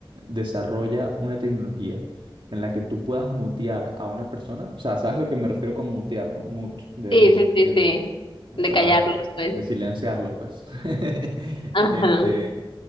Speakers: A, on the right (about 65°); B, on the left (about 70°).
A: desarrolla una tecnología en la que tú puedas mutear a una persona, o sea, ¿sabes lo que me refiero con mutear, no? Mute, de,
B: Sí, sí,
A: de
B: sí,
A: mute,
B: sí. De
A: o sea,
B: callarlos, pues.
A: de silenciarlo, pues. <laughs>
B: Ajá.
A: Este,